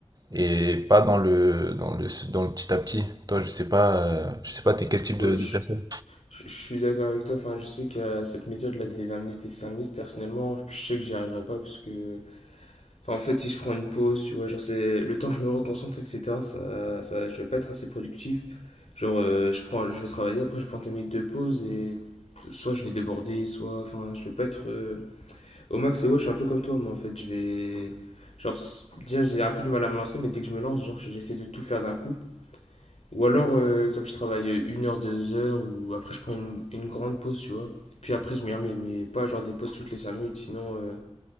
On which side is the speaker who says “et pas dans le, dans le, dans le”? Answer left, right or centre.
Right